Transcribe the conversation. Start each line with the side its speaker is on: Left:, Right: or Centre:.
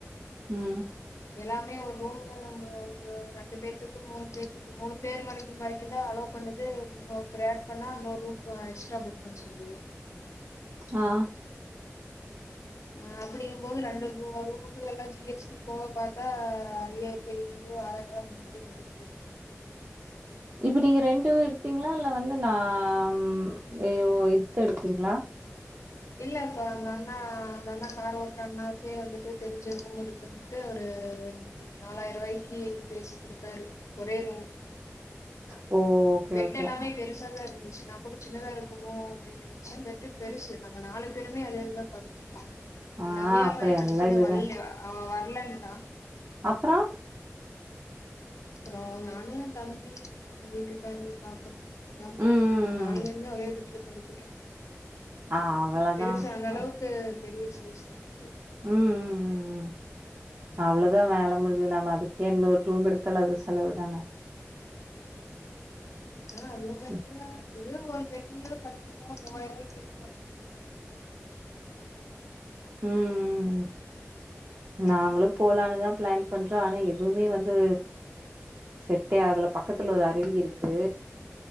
Right: ம்
Left: எல்லாமே ஒரு ரூம் ஒரு ரெண்டு பேத்துக்கு மூணு பேத்தக்கு மூணு பேர் பரைக் வரைக்குதா அலோவுட் புக் பண்ணது இன்னொருத்தர் ஆட் பண்ணா இன்னொரு ரூம் எக்ஸ்ட்ரா புக் பண்ண சொல்லுது
Right: ஆ
Left: அ அப்டிங்கம் போது ரெண்டு ரூ ரூமுக்கு எல்லாஞ் ஜி எச் டி போக பாத்தா ஐ எட் பெயிநூறுவா ஆறாயரா முன்னாடி வந்துடுது
Right: இப்ப நீங்க ரெண்டு எடுத்தீங்ளா இல்ல வந்து நாம் எ ஓ இத்த எடுத்தீங்ளா
Left: இல்ல அப்பா நானு நா அந்த அண்ணா கார் ஓட்ற அண்ணாவுக்கே வந்துட்டு தெரிஞ்ச ஊர் இருக்குன்ட்டு அவரு நாலாயிர ரூபாய்க்கு பேசி குடுத்தாரு ஒரே ரூம்
Right: ஓ ஓகே,
Left: பெட்
Right: ஓகே.
Left: எல்லாமே பெருசாதா இருந்துச்சு நாங்கூட சின்னதா இருக்குமோ அப்டினு லெச்சம் பெட்டு பெருசு நாங்க நாலு பேருமே அதேதா படுத்துப்போ எ
Right: ஆ
Left: நங்கையாப்
Right: அப்புறம்
Left: பையே கடசில
Right: எல்லாம் இதுதான்.
Left: வல்லே அவெ வர்லன்டா
Right: அப்றோ
Left: அப்றோ நானு தம்பி எங்க வீட்டுக்காரு பாத்தோ நாப் போனோ
Right: ம், ம்,
Left: நாங் நாலுபேருமே
Right: ம்.
Left: ஒரே பெட்ல படுத்துட்டோ
Right: ஆ அவ்வளதான்.
Left: பெருசா அந்த
Right: அ.
Left: அளவுக்கு பெ பெரிய சைசு பெட்டு
Right: ம் ம் ம் ம் அவ்ளதா வேல முடிஞ்சுது நம்ம அதுக்கே இன்னொர் ரூம் எடுத்தால அது செலவு தானே
Left: ஆ அதே மாரிக
Right: ம்.
Left: எதோ ஒரு பெட்டுல படுத்துகலா மூவாயிரவாய்க்கு <unintelligible> <unintelligible>
Right: ம் ம் நாங்ளுப் போலானுதா பிளான் பண்றோ ஆனா எதுவுமே வந் அது செட்டே ஆகல பக்கத்துல ஒரு அருவி இருக்கு